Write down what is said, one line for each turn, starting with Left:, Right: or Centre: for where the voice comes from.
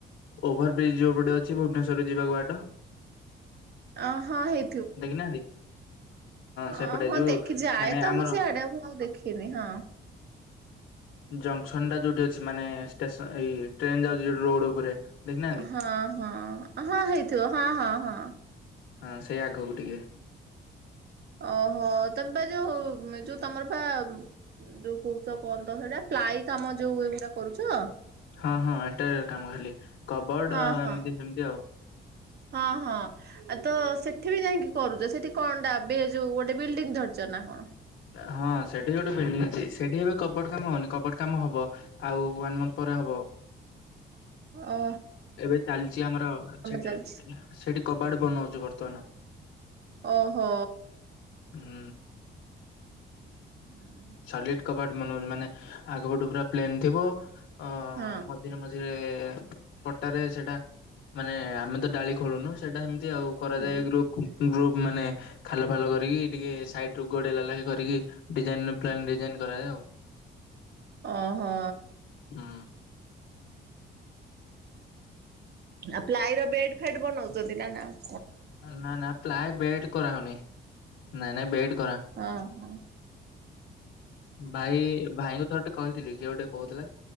Left: ଓଭର ବ୍ରିଜ ଯୋଉ ପଟେ ଅଛି ଭୁବନେଶ୍ଵର କୁ ଯିବା କୁ ବାଟ।
Right: ଅ ହଁ ହେଇ
Left: ଦେଖିନାହାନ୍ତି?
Right: ହଁ
Left: ସେପଟେ
Right: ହଁ
Left: ଯୋଉ
Right: ଦେଖି ଯାଏ
Left: ମାନେ
Right: ତ
Left: ଆମର
Right: ମୁଁ ସିଆଡେ ମୁଁ ଆଉ ଦେଖିନି ହଁ।
Left: ଜଙ୍କସନ ଟା ଯୋଉଠି ଅଛି ମାନେ ଷ୍ଟେସ ଏଇ ଟ୍ରେନ ଯାଉଛି ରୋଡ ଉପରେ। ଦେଖିନାହାନ୍ତି?
Right: ହଁ ହଁ ହଁ ହେଇଥିବ ହଁ ହଁ ହଁ।
Left: ହଁ ସେଇ ଆଗକୁ ଟିକେ।
Right: ଓହୋ ତମେ ବା ଯୋଉ ଯୋଉ ତମର ପା ଯୋଉ କହୁଚ ପନ୍ଦର ହଜାର ପ୍ଲାଇ କାମ ଯୋଉ ଏଗୁଡା କରୁଚ।
Left: ହଁ ହଁ ଏଟା କାମ ହେଲେ କବଡ
Right: ହଁ ହଁ।
Left: ଏମିତି ସେମିତି ଆଉ।
Right: ହଁ ହଁ ଆଉ ତ ସେଠି ବି ଯାଇକି କରୁଛ। ସେଠି କଣଟା ବେ ଯୋଉ ଗୋଟେ ବିଲ୍ଡିଙ୍ଗ ଧରି। <unintelligible>
Left: ହଁ ସେଠି ଗୋଟେ ବିଲଡିଂ ଅଛି। ସେଠି ଏବେ କବଟ କାମ ହଉନି କବଟ କାମ ହବ। ଆଉ ୱାନ୍ ମନ୍ଥ ପରେ ହବ।
Right: ଓ।
Left: ଏବେ ଚାଲିଛି ଆମର ସେଠି।
Right: ଚାଲିଛି?
Left: ସେଠି କବାଟ ବନଉଛିୁ ବର୍ତ୍ତମାନ।
Right: ଓହୋ।
Left: ହୁଁ।
Right: <inaudible>
Left: ସଲିଡ କବାଟ ମାନେ ଆଗ ପଟୁ ପୁରା ପ୍ଲେନ ଥିବ ଅ
Right: ହଁ
Left: ମଝିରେ ମଝିରେ ପଟାରେ ସେଇଟା ମାନେ ଆମେ ତ ଡାଳି ଖୋଳୁନୁ ସେଇଟା ଆଉ କରାଯାଏ
Right: ହଁ
Left: ଗ୍ରୁପ କୁ ଗ୍ରୁପ ମାନେ ଖାଲ ଫାଲ କରି ଟିକେ ସାଇଟ ରୁ ଗୋଡେଇଲା ଲାଖେ କରିକି ଡିଜାଇନ ରୁ ପ୍ଲେନ ଡିଜାଇନ କରାଯାଏ ଆଉ।
Right: ଓ ହୋ।
Left: ହୁଁ
Right: ଆଉ ପ୍ଲାଇର ବେଟ ଫେଟ ବନଉଚ। <unintelligible>
Left: ନା ନା ପ୍ଲାଏ ବେଟ କରାହଉନି। ନାଇଁ ନାଇଁ ବେଟ
Right: ଅ ହଁ ।
Left: ଭାଇ ଭାଇଙ୍କୁ ଥରେ ଟେ କହିଥିଲି କିଏ ଗୋଟେ କହୁଥିଲା।